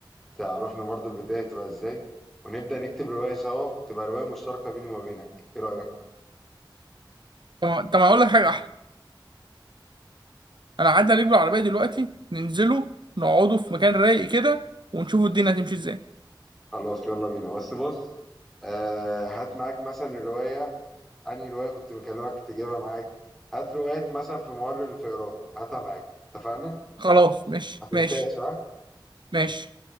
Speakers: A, in the centre; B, on the right.
A: تعرفنا برضو البداية بتبقى ازاي ونبدأ نكتب رواية سوا تبقى رواية مشتركة بيني وما بينك ايه رأيك؟
B: طب طب هقول لك حاجه احلى انا عدى عليك بالعربيه دلوقتي ننزله نقعدوا في مكان رايق كده ونشوفوا الدنيا هتمشي ازاي
A: خلاص يلا بينا بس بص آه هات معاك مثلا الرواية أنهي رواية كنت مكلمك تجيبها معاك هات رواية مثلا في ممر الفئران هاتها معاك اتفقنا؟
B: خلاص ماشي
A: ما تنساش
B: ماشي
A: ها
B: ماشي